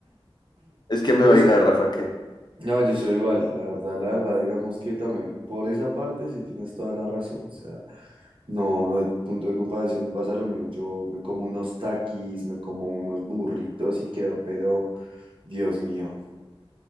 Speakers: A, on the left; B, on the right.
A: Es que me
B: Yo
A: doy
B: soy-
A: garrafa,
B: no, yo soy igual, la verdad, la verdad, digamos que también por esa parte sí tienes toda la razón, o sea, no, no hay punto de comparación, pasa lo mismo, yo me como unos taquis, me como unos burritos y quedo, pero Dios mío,